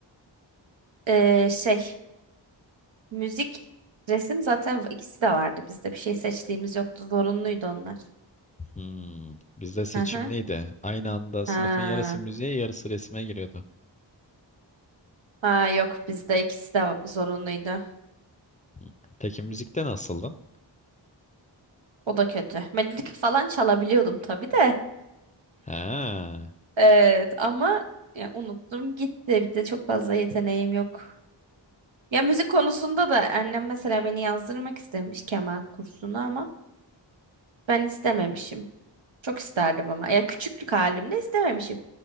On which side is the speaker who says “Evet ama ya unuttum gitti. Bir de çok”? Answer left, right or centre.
Right